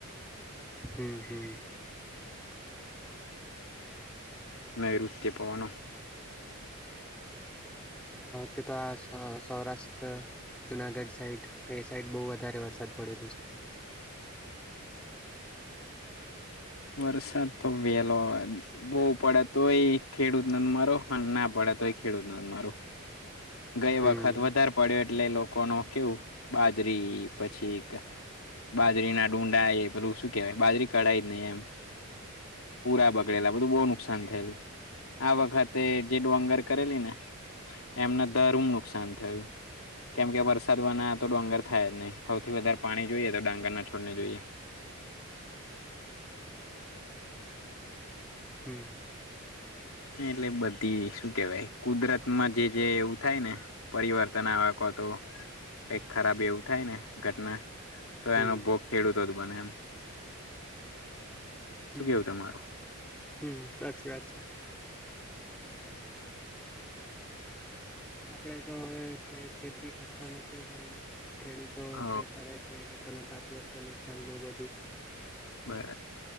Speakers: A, in the centre; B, on the left.
A: હમ હમ.
B: નઋચ્ય પોણ
A: ત તો આ સ સૌરાષ્ટ્ર. જુનાગઢ સાઈડ એ સાઈડ બહુ વધારે વરસાદ પડેલ છે.
B: વરસાદ તો વેલો. બહવ પડ તોય ખેડૂત ન મારો અને ના પડે તોય ખેડૂત ન મારો. ગઈ
A: હમ
B: વખત વધારે પડ્યો એટલે લોકો ન કેવું બાજરી પછી. બાજરી ના ડુંડા એ પેલું શું કેહેવાય બાજરી કઢાય નહી એમ. પૂરા બગડેલા બધું બહુ નુકસાન થયેું. આ વખતે જે ડોગર કરેલી ને એમના દર હ નુકસાન થયું. કેમ કે વરસાદવાના તો ડોંગર થાય જ નહીં સૌથી વધારે પાણી જોઈએ તો ડાંગર ના છોડને જોઈએ.
A: હમ.
B: એટલે બધી શું કેવાય કુદરત માં જે જે એવું થાય ને. પરિવર્તન આવેકો તો કઈ ખરાબ એવું થાય ને ઘટના. તો
A: હમ
B: એનો ભોગ ખેડૂતો જ બને એમ શું
A: હમ
B: કેવું તમારું.
A: હમ સાચી વાત છે. આપડે તો ખેતી કરતા નથી પણ ખેડૂતો
B: હ
A: જે કરે છે. એ લોકોને તાત વતા નુકસાન બહુ બધું.
B: બરા.